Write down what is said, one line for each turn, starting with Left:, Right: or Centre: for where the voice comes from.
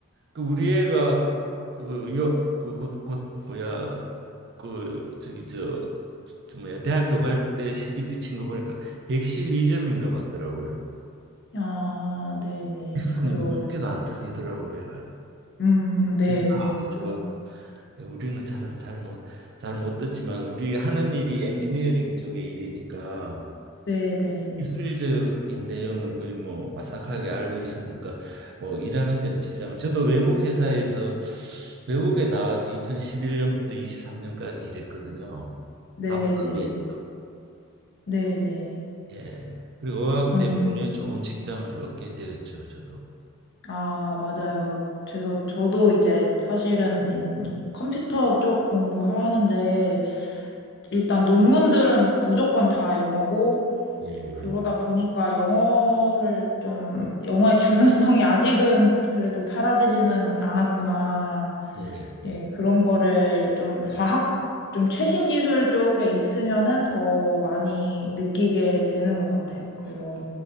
Right: 그 우리 애가 그 여 그 곧 곧 뭐야 그 저기 저, 저 뭐야 대학교 갈 때 CBT 친 거 보니까 112점인가 봤더라고요.
Left: 아, 네, 네.
Right: 리스이한
Left: 그래서
Right: 개도 안 틀리더라고요, 얘가.
Left: 음, 네,
Right: 얘가
Left: 네.
Right: 아주 좋아어
Left: 그-
Right: 그러니까 우리는 잘 잘 못 잘 못 듣지만 우리 하는 일이 엔지니어링 쪽의 일이니까
Left: 네, 네.
Right: 기술적인 내용을 거의 뭐 바삭하게 알고 있으니까 뭐 일하는 데는 지장 없. 저도 외국 회사에서 외국에 나가서 2011년부터 23년까지 일했거든요.
Left: 네,
Right: 아부다비에서.
Left: 네. 네, 네.
Right: 예. 그리고 어학
Left: 음.
Right: 때문에 좋은 직장을 얻게 되었죠, 저도.
Left: 아, 맞아요. 그래서 저도 이제 사실은 인, 컴퓨터 쪽 공부하는데 일단 논문들은 무조건 다 영어고
Right: 예.
Left: 그러다 보니까 영어를 좀 영어의 중요성이 아직은 그래도 사라지지는 않았구나.
Right: 예.
Left: 네, 그런 거를 좀 과학 좀 최신 기술 쪽에 있으면은 더 많이 느끼게 되는 것 같아요. 그래서